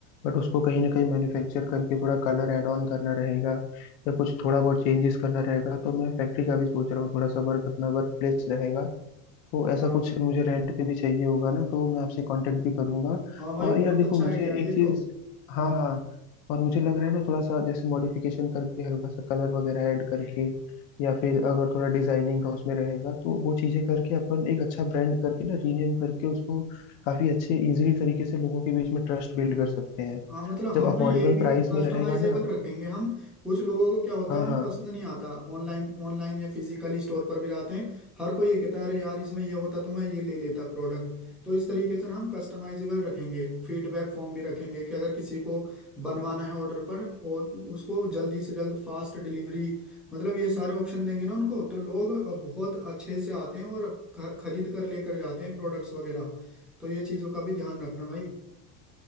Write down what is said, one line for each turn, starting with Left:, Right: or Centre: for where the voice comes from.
Left: बट उसको कहीं ना कहीं मैन्युफैक्चर करके थोड़ा कलर ऐड ऑन करना रहेगा या कुछ थोड़ा बहुत चेंजेस करना रहेगा तो मैं फैक्ट्री का भी सोच रहा हूँ थोड़ा सा वर्क अपना वर्क प्लेस रहेगा तो ऐसा
Centre: हाँ
Left: कुछ मुझे रेंट पे भी चाहिए होगा ना तो मैं आपसे कांटेक्ट भी करूंगा
Centre: हाँ भाई
Left: और
Centre: बहुत
Left: यार देखो
Centre: अच्छा
Left: मुझे
Centre: आइडिया है
Left: एक
Centre: ये
Left: चीज
Centre: तो
Left: हाँ हाँ और मुझे लग रहा है ना थोड़ा सा जैसे मॉडिफिकेशन करके हल्का सा कलर वगैरह ऐड करके या फिर अगर थोड़ा डिजाइनिंग का उसमें रहेगा तो वो चीजें करके अपन एक अच्छा ब्रांड करके ना रीनेम करके उसको काफी अच्छे इजीली तरीके से लोगों के बीच में ट्रस्ट बिल्ड कर सकते हैं
Centre: हाँ मतलब
Left: जब
Centre: हम
Left: अफोर्डेबल
Centre: ना ये भी
Left: प्राइस
Centre: कस्टमाइजेबल
Left: में रहेगा ना
Centre: रखेंगे हम कुछ लोगों को क्या होता
Left: हाँ
Centre: है उन्हें
Left: हाँ
Centre: पसंद नहीं आता ऑनलाइन ऑनलाइन या फिजिकली स्टोर पर भी जाते हैं हर कोई ये कहता है अरे यार इसमें ये होता तो मैं ये ले लेता प्रोडक्ट तो इस तरीके से ना हम कस्टमाइजेबल रखेंगे फीडबैक फॉर्म भी रखेंगे कि अगर किसी को बनवाना है ऑर्डर पर और उसको जल्दी से जल्द फास्ट डिलीवरी मतलब ये सारे ऑप्शन देंगे ना उनको तो लोग बहुत अच्छे से आते हैं और ख- खरीद कर लेकर जाते हैं प्रोडक्ट्स वगैरह तो ये चीज़ों का भी ध्यान रखना भाई